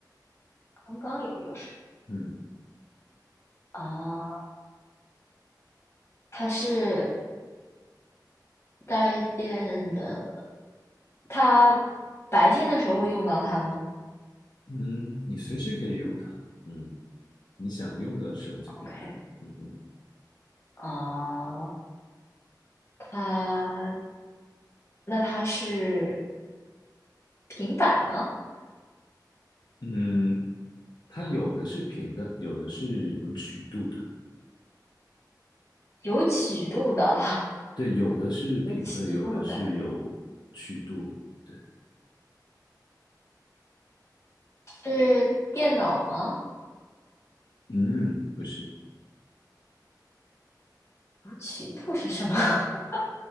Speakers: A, on the left (about 40°); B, on the left (about 75°).
A: 刚刚有用。
B: 嗯
A: 啊、它是带电的，它白天的时候会用到它吗
B: 嗯，你随时可以用它，嗯，你想用的时候就可以用，
A: ？OK，
B: 嗯哼，
A: 啊、它那它是平板吗？
B: 嗯，它有的是平的，有的是有曲度的，
A: 有曲度的，
B: 对，有的是平的，
A: <laughs> 有曲度的
B: 有的是有曲度。对，
A: 是电脑吗？
B: 嗯，不是，
A: 有曲度是什么？<laughs>